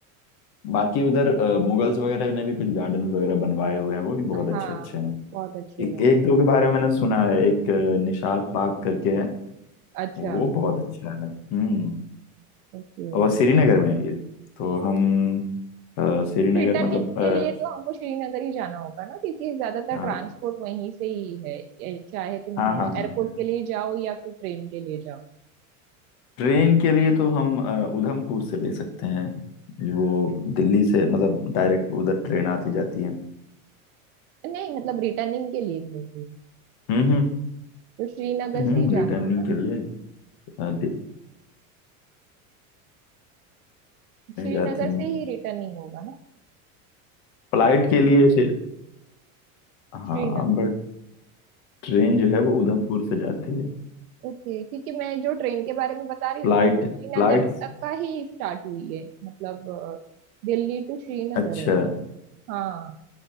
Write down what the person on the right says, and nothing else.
हाँ
बहुत अच्छे
हैं
अच्छा
ओके
रिटर्निंग
के लिए तो हमको श्रीनगर ही जाना होगा ना क्योंकि ज्यादातर
ट्रांसपोर्ट वहीं से ही है ये चाहे तुम
एयरपोर्ट
के लिए जाओ या फिर ट्रेन के लिए जाओ
नहीं मतलब रिटर्निंग के लिए बोलती
तो श्रीनगर
से
ही जाना
होगा
श्रीनगर
से ही रिटर्निंग होगा ना
श्रीनगर
में।
ओके क्योंकि मैं जो ट्रेन के बारे में बता रही हूँ
ना वो श्रीनगर
तक का ही स्टार्ट हुई है मतलब अ, दिल्ली टू श्रीनगर
है हाँ